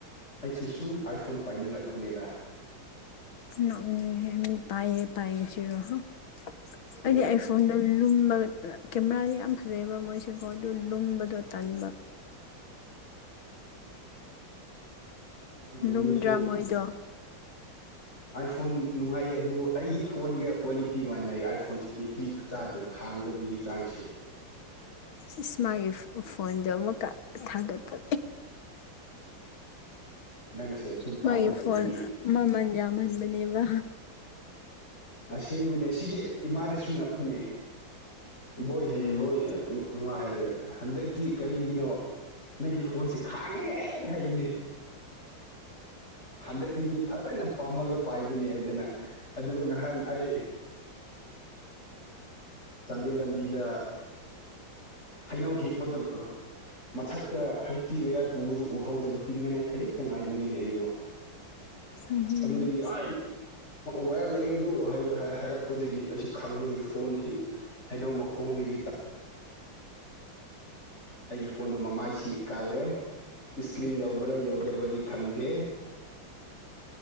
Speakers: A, on the left (about 35°); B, on the left (about 85°).
A: ꯑꯩꯁꯨ ꯁꯨꯝ ꯑꯥꯏꯐꯣꯟ ꯄꯥꯏꯅꯤꯡꯂꯛꯄꯅꯦꯗ
B: ꯅꯣꯛꯅꯤꯡꯉꯦ ꯃꯤ ꯄꯥꯏꯌꯦ ꯄꯥꯏꯔꯁꯨ
A: ꯍꯣꯏ
B: ꯑꯩꯗꯤ ꯑꯩ ꯐꯣꯟꯗꯨ ꯂꯨꯝꯕ ꯀꯦꯃꯦꯔꯥꯗꯤ ꯌꯥꯝ ꯐꯖꯩꯑꯕ ꯃꯣꯏꯁꯤ ꯐꯣꯟꯗꯨ ꯂꯨꯝꯕꯗꯣ ꯇꯟꯕ
A: ꯂꯨꯝꯃꯁꯨ
B: ꯂꯨꯝꯗ꯭ꯔ ꯃꯣꯏꯗꫭ
A: ꯑꯥꯏ ꯐꯣꯟ ꯅꯨꯡꯉꯥꯏꯌꯦ ꯑꯗꯨꯕꯨ ꯑꯩꯒꯤ ꯐꯣꯟꯒ ꯀ꯭ꯋꯥꯂꯤ ꯇꯤ ꯃꯥꯟꯅꯩ ꯑꯥꯏꯐꯣꯟꯁꯦ ꯕꯦꯇ꯭ꯔꯤ ꯈꯨꯠꯆꯥꯗꯣ ꯈꯥꯡꯗꯕꯒꯤ ꯆꯥꯡꯁꯦ
B: ꯏꯁ ꯏꯁ ꯃꯥꯒꯤ ꯐꯣꯟꯗꯣ ꯑꯃꯨꯛꯀ ꯊꯥꯒꯠꯄ
A: ꯅꯪꯅ ꯁꯦꯝꯁꯨꯡ ꯄꯥꯝꯃꯤ
B: ꯃꯥꯒꯤ
A: ꯍꯥꯏꯕꯒꯤ
B: ꯐꯣꯟ ꯃꯃꯜ ꯌꯥꯝꯍꯟꯕꯅꯦꯕ
A: ꯑꯁꯦꯡꯕꯅꯦ ꯁꯤꯒꯤ ꯏꯃꯥꯗꯁꯨ ꯉꯛꯄꯅꯦ ꯕꯣꯏ ꯍꯌꯦ
B: ꯎꯝ
A: ꯍꯣꯏ ꯑꯗꯨꯃꯥꯏ ꯍꯥꯏꯔꯒ ꯍꯟꯗꯛꯇꯤ ꯀꯔꯤꯒꯤꯅꯣ ꯅꯪꯒꯤ ꯐꯣꯟꯁꯤ ꯈꯥꯡꯉꯦꯍꯦ ꯍꯥꯏꯕꯅꯦ ꯍꯟꯗꯛꯇꯤ ꯃꯤ ꯐꯖꯅ ꯄꯝꯃꯒ ꯄꯥꯏꯕꯅꯦ ꯍꯥꯏꯗꯅ ꯑꯍꯟ ꯑꯩ ꯆꯥꯟꯗꯦꯜ ꯂꯝꯕꯤꯗ ꯍꯩꯅꯧ ꯍꯦꯛꯄꯗ ꯃꯊꯛꯇ ꯍꯩꯁꯇꯤ ꯋꯌꯥꯔ ꯄꯨꯕꯗꯨ ꯎꯍꯧꯗꯕ ꯆꯤꯡꯅꯉꯥꯏ ꯈꯖꯤꯛꯇ ꯉꯥꯏꯕꯅꯤꯅꯦ ꯑꯩꯗꯣ
B: ꯎꯝ
A: ꯑꯗꯨꯗꯒꯤ ꯑ ꯋꯌꯥꯔ ꯂꯩꯌꯦ ꯑꯗꯨ ꯍꯥꯏꯔꯛꯄꯗꯒꯤ ꯑꯩꯁꯤ ꯈꯪꯕꯗꯒꯤ ꯐꯣꯟꯁꯤ ꯍꯩꯅꯧ ꯃꯈꯣꯡꯗꯒꯤ ꯑꯩꯒꯤ ꯐꯣꯟꯗꯨ ꯃꯃꯥꯏꯁꯤ ꯀꯥꯏꯔꯦ ꯏꯁꯀ꯭ꯔꯤꯟ ꯌꯧꯕ꯭ꯔꯥ ꯌꯧꯗꯕꯗꯤ ꯈꯪꯗꯦ